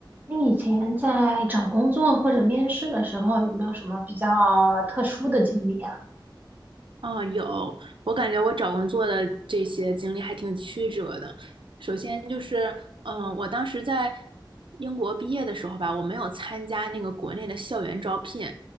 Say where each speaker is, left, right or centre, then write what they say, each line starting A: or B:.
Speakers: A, on the right (about 20°); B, on the right (about 80°).
A: 你以前在找工作或者面试的时候，有没有什么比较特殊的经历啊？
B: 嗯，有，我感觉我找工作的这些经历还挺曲折的。首先就是，嗯、我当时在英国毕业的时候吧，我没有参加那个国内的校园招聘。